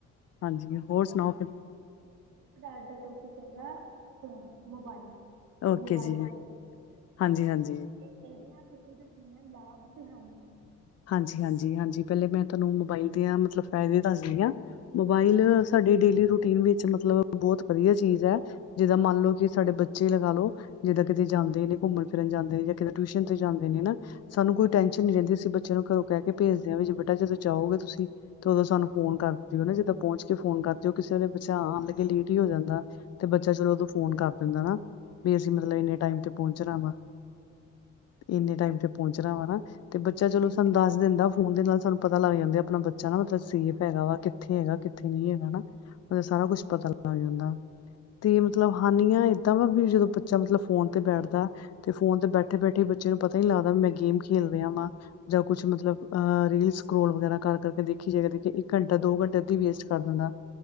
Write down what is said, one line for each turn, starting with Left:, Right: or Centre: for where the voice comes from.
Left: ਹਾਂਜੀ, ਹੋਰ ਸੁਣਾਓ
Right: ਤੁਹਾਡਾ
Left: ਕਿ
Right: ਅੱਜ ਦਾ ਟੋਪਿਕ ਕੀ ਹੈ? ਸਾਡਾ ਅੱਜ ਦਾ ਟੋਪਿਕ ਹੈਗਾ ਫੋਨ ਮੋਬਾਈਲ
Left: ਓਕੇ
Right: ਮੋਬਾਈਲ
Left: ਜੀ
Right: ਫੋਨ
Left: ਹਾਂਜੀ ਹਾਂਜੀ
Right: ਇਹ ਇਹਦੀਆਂ ਤੁਸੀਂ ਦੱਸਣੀਆਂ ਲਾਭ ਤੇ ਹਾਨੀ
Left: ਹਾਂਜੀ- ਹਾਂਜੀ- ਹਾਂਜੀ ਪਹਿਲੇ ਮੈਂ ਤੁਹਾਨੂੰ ਮੋਬਾਈਲ ਦੀਆਂ ਮਤਲਬ ਫਾਇਦੇ ਦੱਸਦੀ ਹਾਂ ਮੋਬਾਈਲ ਸਾਡੇ ਡੇਲੀ ਰੂਟੀਨ ਵਿੱਚ ਮਤਲਬ ਬਹੁਤ ਵਧੀਆ ਚੀਜ਼ ਹੈ ਜਿੱਦਾਂ ਮੰਨ ਲੋ ਕਿ ਸਾਡੇ ਬੱਚੇ ਲਗਾ ਲਓ ਜਿੱਦਾਂ ਕਿਤੇ ਜਾਂਦੇ ਨੇ ਘੁੰਮਣ ਫਿਰਨ ਜਾਂਦੇ ਨੇ ਜਾਂ ਕਿਤੇ ਟਿਊਸ਼ਨ ਤੇ ਜਾਂਦੇ ਨੇ ਨਾ ਸਾਨੂੰ ਕੋਈ ਟੈਨਸ਼ਨ ਨੀ ਰਹਿੰਦੀ ਅਸੀਂ ਬੱਚੇ ਬੱਚਿਆਂ ਨੂੰ ਘਰੋਂ ਕਹਿ ਕੇ ਭੇਜਦੇ ਵੀ ਜੇ ਬੇਟਾ ਜਦੋਂ ਜਾਓਗੇ ਤੁਸੀਂ ਤੇ ਉਦੋਂ ਸਾਨੂੰ ਫੋਨ ਕਰ ਦਿਓ ਨਾ ਜਿੱਦਾਂ ਪਹੁੰਚ ਕੇ ਫੋਨ ਕਰ ਦਿਓ ਕਿਸੇ ਵੇਲੇ ਬਚਾ ਆਉਣ ਲੱਗੇ ਲੇਟ ਹੀ ਹੋ ਜਾਂਦਾ ਤੇ ਬੱਚਾ ਚਲੋ ਦੋਂ ਫੋਨ ਕਰ ਦਿੰਦਾ ਨਾ ਵੀ ਅਸੀਂ ਮਤਲਬ ਇੰਨੇ ਟਾਈਮ ਤੇ ਪਹੁੰਚਣਾ ਵਾ ਇੰਨੇ ਟਾਈਮ ਤੇ ਪਹੁੰਚਣਾ ਵਾ ਤੇ ਬੱਚਾ ਚਲੋ ਸਾਨੂੰ ਦੱਸ ਦਿੰਦਾ ਫੋਨ ਦੇ ਨਾਲ ਸਾਨੂੰ ਪਤਾ ਲੱਗ ਜਾਂਦਾ ਆਪਣਾ ਬੱਚਾ ਨਾ ਮਤਲਬ ਸੇਫ ਹੈਗਾ ਵਾ ਕਿੱਥੇ ਹੈਗਾ ਉੱਥੇ ਨੀ ਹੈਗਾਾ ਮਤਲਬ ਸਾਰਾ ਕੁੱਛ ਪਤਾ ਲੱਗ ਜਾਂਦਾ ਤੇ ਮਤਲਬ ਹਾਨੀਆਂ ਏਦਾਂ ਵਾ ਵੀ ਜਦੋਂ ਬੱਚਾ ਮਤਲਬ ਫੋਨ ਤੇ ਬੈਠਦਾ ਤੇ ਫੋਨ ਤੇ ਬੈਠੇ -ਬੈਠੇ ਬੱਚੇ ਨੂੰ ਪਤਾ ਨੀ ਲੱਗਦਾ ਮੈਂ ਗੇਮ ਖੇਲ ਰਿਹਾ ਵਾ ਜਾਂ ਕੁਛ ਮਤਲਬ ਰੀਲ ਸਕੋਲ ਵਗੈਰਾ ਕਰ ਕਰਕੇ ਦੇਖੀ ਜਾ ਦੇ ਇੱਕ ਘੰਟਾ, ਦੋ ਘੰਟਾ ਵੇਸਟ ਕਰ ਦਿੰਦਾ